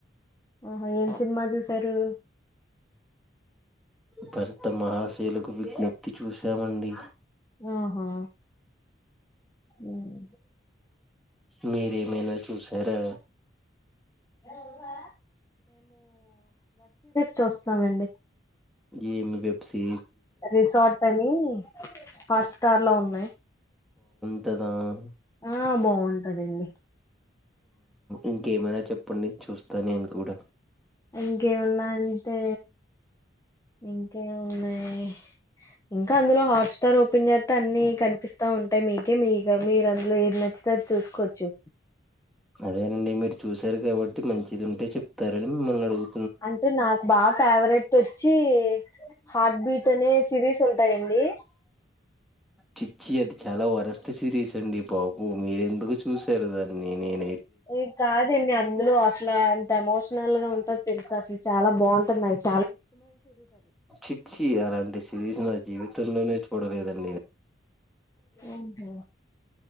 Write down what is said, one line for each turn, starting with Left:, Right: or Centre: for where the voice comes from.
Left: ఆహా ఏం సినిమా చూసారు
Centre: భరత మహాశైలుకు విజ్ఞప్తి చూసామండి
Left: ఆహా ఉమ్,
Centre: మీరేమైనా చూశారా
Left: అవా చూస్తామండి
Centre: ఏ మీ వెబ్ సి
Left: రిసార్ట్ అని హాట్ స్టార్ లో ఉన్నాయి
Centre: హా
Left: ఆ బాగుంటదండి
Centre: ఇంకేమైనా చెప్పండి చూస్ త నేను కూడా
Left: ఇంకేమన్నా అంటే ఇంకేమున్నాయి ఇంకా అందులో హాట్స్టార్ ఓపెన్ చేతే అన్ని కనిపిస్తా ఉంటాయి మీకే మీ గమీరు అందులో ఎది న నచ్చితే అది చూసుకోవచ్చు
Centre: అదేనండి మీరు చూసారు కాబట్టి మంచి ఇది ఉంటే చెప్తారని మిమ్మల్ని అడుగు
Left: అంటే నాకు బాగా ఫేవరెట్ చే హార్ట్ బీట్ అనే సిరీస్ ఉంటాయండి
Centre: చిచ్చి అది చాలా వరస్ ట్ సిరీస్ అండి పాపు మీర ఎందుకు చూసారు దాన్ని నేన
Left: ఏ కాదీ అందులో అసలు తెమోస్ నల్ గా ఉంటుంది తెలుసు అసలు చాలా బాగుం <inaudible>
Centre: చిచ్చి అలాంటి సిరీ నా జీవితంలోనే చూడలేదండి
Left: ఓహో